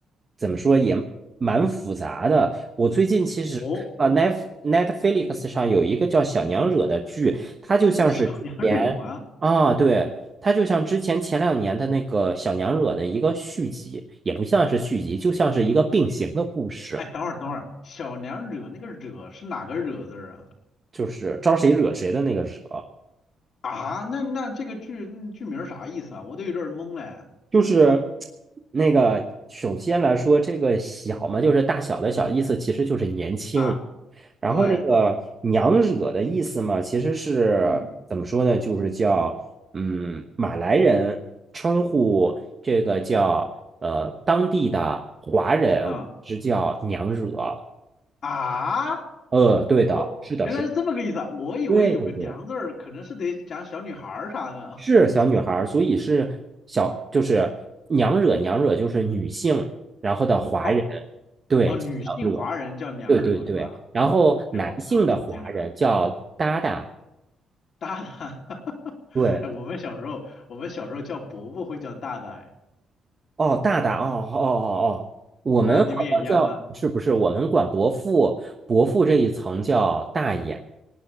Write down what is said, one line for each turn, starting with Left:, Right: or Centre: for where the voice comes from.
Right: 怎么说也蛮复杂的。我最近其实啊，Net
Left: 哦，
Right: Netflix 上有一个叫《小娘惹》的剧，它就像是之前啊，
Left: 小娘惹吗？
Right: 对，它就像之前前两年的那个《小娘惹》的一个续集，也不像是续集，就像是一个并行的故事，
Left: 哎，等会儿等会儿，小娘惹那个惹是哪个惹字儿啊？
Right: 就是招谁惹谁的那个惹。
Left: 啊，那那这个剧嗯剧名儿啥意思啊？我都有点儿懵嘞。
Right: 就是那个，首先来说，这个小嘛，就是大小的小，意思其实就是年轻。
Left: 啊，
Right: 然后那个娘惹的意思嘛，
Left: 对，
Right: 其实是怎么说呢？
Left: 嗯
Right: 就是叫嗯，马来人称呼这个叫呃当地的华人是叫娘惹。
Left: 啊啊，
Right: 呃，对的，
Left: 我原来是这么个意思啊，
Right: 是的，是的，
Left: 我以为有个娘字儿，
Right: 对对对。
Left: 可能是得讲小女孩儿啥的。
Right: 是小女孩儿，
Left: <laughs>
Right: 所以是小，就是娘惹娘惹就是女性，然后的华人，
Left: 哦
Right: 对，
Left: 哦，女性华人叫娘惹是吧？
Right: 叫娘惹，对对对，然后男性的华人叫达达，
Left: 哎呦，长长见识了。大大，<laughs>
Right: 对，
Left: 哎，我们小时候，我们小时候叫伯伯会叫大大，哎，
Right: 哦，大大，哦哦哦哦，我们好像叫，
Left: 啊，你们也一样吗？
Right: 是不是我们管伯父，伯父这一层叫大爷，